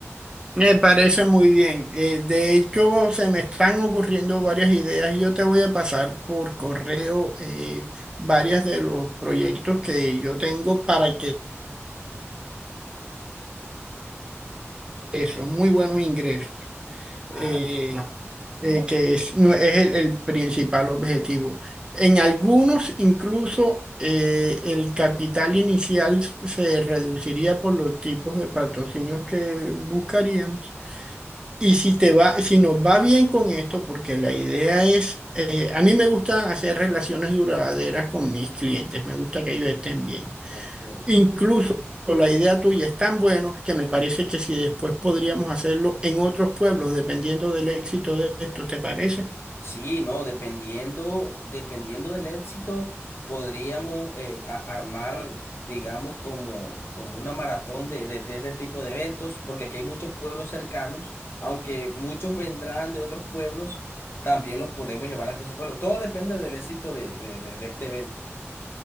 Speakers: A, on the right; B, on the left.
A: me parece muy bien. Eh, de hecho, se me están ocurriendo varias ideas y yo te voy a pasar por correo eh, varias de los proyectos que yo tengo para que eh, son muy buenos ingresos.
B: Ah,
A: eh,
B: no.
A: eh, que es, no, es el, el principal objetivo. En algunos incluso eh, el capital inicial se reduciría por los tipos de patrocinios que buscaríamos. Y si te va, si nos va bien con esto, porque la idea es, eh, a mí me gusta hacer relaciones duraderas con mis clientes, me gusta que ellos estén bien.
B: ok.
A: Incluso la idea tuya es tan buena que me parece que si después podríamos hacerlo en otros pueblos, dependiendo del éxito de esto, ¿te parece?
B: Sí, no, dependiendo, dependiendo del éxito, podríamos eh, a- armar, digamos, como, como una maratón de, de, de este tipo de eventos, porque aquí hay muchos pueblos cercanos, aunque muchos vendrán de otros pueblos, también los podemos llevar hasta su pueblo. Todo depende del éxito de, de, de, de este evento.